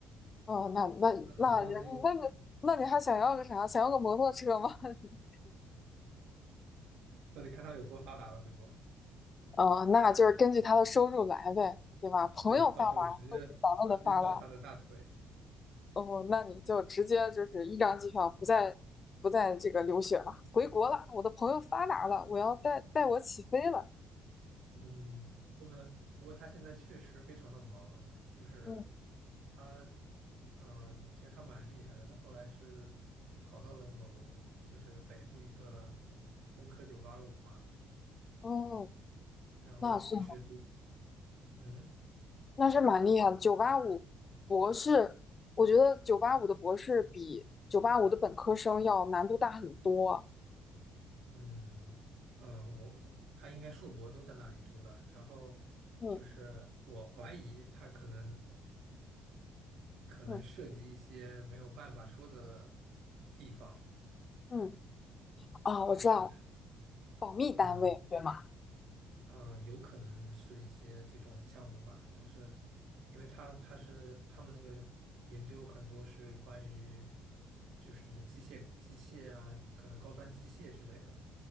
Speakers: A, on the left (about 40°); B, on the right (about 75°).
A: 哦，那那那也那你那你还想要个啥？
B: 那怎么样得？
A: 想要个摩托车吗？<laughs>
B: 那得看他有多发达了，对不？
A: 哦，那就是根据他的收入来呗，对吧？朋友发达就是咱们的发达。
B: 对，到时候直接直接抱他的大腿。
A: 哦，那你就直接就是一张机票，不再不再这个留学了，回国了。我的朋友发达了，我要带带我起飞了。
B: 嗯，不过不过他现在确实非常的忙，就是
A: 嗯，
B: 他，嗯、其实他蛮厉害的。他后来是考到了某就是北部一个工科九八五嘛，
A: 哦，
B: 然后一直读，
A: 那是。
B: 嗯
A: 那是蛮厉害的。九八五博士，我觉得九八五的博士比九八五的本科生要难度大很多。
B: 嗯呃，我我他应该硕博都在那里读的，然后就是我怀疑他可能。
A: 嗯
B: 可能涉及一些没有办法说的
A: 嗯
B: 地方，
A: 嗯，啊，我知道了，
B: 就是它
A: 保密单位，
B: 嗯
A: 对吗？
B: 嗯、呃有可能是一些这种项目吧，但是因为他他是他们那个研究很多是关于就是机械机械啊，可能高端机械之类的。